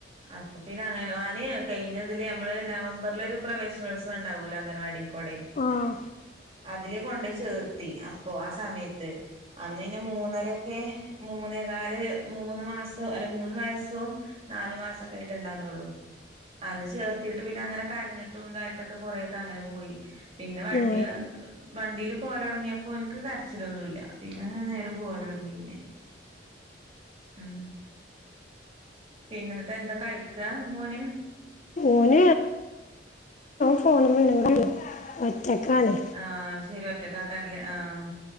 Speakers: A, on the right (about 35°); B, on the left (about 40°).
A: അപ്പൊ പിന്നെ അങ്ങനെ ആന് കയിഞ്ഞതില് നമ്മള് നവംബറിലൊരു പ്രവേശനോത്സവം ഉണ്ടാവുല്ലോ അംഗൻവാടി കൊടെ
B: ആഹ്
A: അതില് കൊണ്ടയ് ചേർത്തി അപ്പോ ആ സമയത്ത് അന്ന് പിന്നെ മൂന്നര ഒക്കെ മൂന്നേകാല് മൂന്ന് മാസവും അല്ല മൂന്ന് വയസ്സും നാല് മാസൊക്കെയിട്ട് ഉണ്ടാവുന്നുള്ളു അന്ന് ചേർത്തിട്ട് പിന്നെ അങ്ങനെ കരഞ്ഞിട്ടും ഇതായിട്ടൊക്കെ കൊറെക്കെ അങ്ങനെ പോയി പിന്നെ വണ്ടി
B: ആഹ്
A: വണ്ടിൽ പോവൽ തുടങ്ങിയപ്പോൾ ഓന്ക് കരച്ചിലൊന്നുമല്ല പിന്നെ അങ്ങനെ നേരം പോവാലോടുങ്ങി നിന്ന് ഉം പിന്നെ എന്നിട്ട് എന്താ കളിക്കാ മോൻ
B: മോൻ ഫോൺ മ്മേ ഒറ്റക്കാണ്
A: ആഹ ശരി ഒറ്റക്കാക്കാരില്ലേ ആഹ്